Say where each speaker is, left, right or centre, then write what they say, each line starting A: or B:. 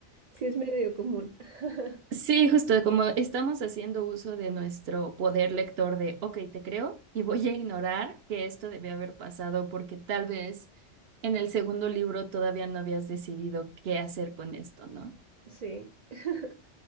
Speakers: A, on the right; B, on the right.
A: sí es medio común. <laughs>
B: Sí, justo como estamos haciendo uso de nuestro poder lector de, ok, te creo y voy a ignorar que esto debió haber pasado porque tal vez en el segundo libro todavía no habías decidido qué hacer con esto, ¿no?
A: Sí. <laughs>